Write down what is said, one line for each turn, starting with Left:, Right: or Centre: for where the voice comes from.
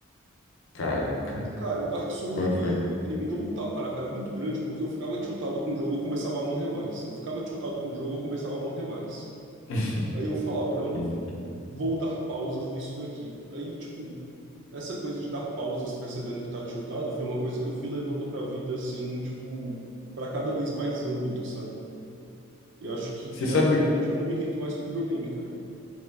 Left: caraca.
Right: E, cara, o Dark Souls,
Left: Como
Right: ele,
Left: é que foi?
Right: ele me deu um tapa na cara muito grande, porque eu ficava tiltado com o jogo, eu começava a morrer mais. Eu ficava tiltado com o jogo, eu começava a morrer mais.
Left: <laughs>
Right: Aí eu falava, não,
Left: Hum.
Right: vou dar pausas nisso daqui. Aí, tipo, essa coisa de dar pausas percebendo que tá tiltado foi uma coisa que eu fui levando pra vida, assim, tipo, pra cada vez mais âmbito, sabe? E acho que
Left: Você sabe,
Right: atualmente eu não me irrito mais com videogame, cara.